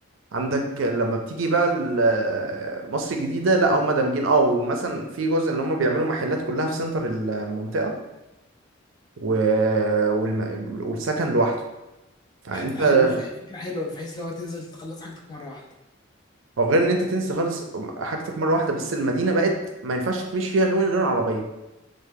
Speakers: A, on the right; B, on the left.
A: عندك لما بتيجي بقى ال- آه، مصر الجديدة لا هم دامجين اه ومثلا في جزء ان هم بيعملوا محلات كلها في سنتر المنطقة و... والم... والسكن لوحده فانت
B: حتى حلو ف- فكرة حلوة بحيث لو تنزل تخلص حاجتك مرة واحدة
A: او غير ان انت تنزل خالص حاجتك مره واحده بس المدينه بقت ما ينفعش تمشي فيها غير من غير عربيه